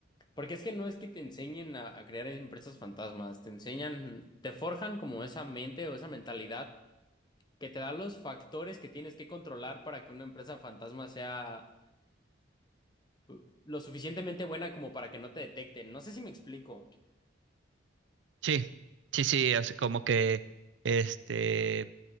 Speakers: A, on the left; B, on the right.
A: porque es que no es que te enseñen a, a crear empresas fantasmas. Te enseñan, te forjan como esa mente o esa mentalidad que te da los factores que tienes que controlar para que una empresa fantasma sea uh, lo suficientemente buena como para que no te detecten. No sé si me explico.
B: Sí, sí, sí, o sea, como que este...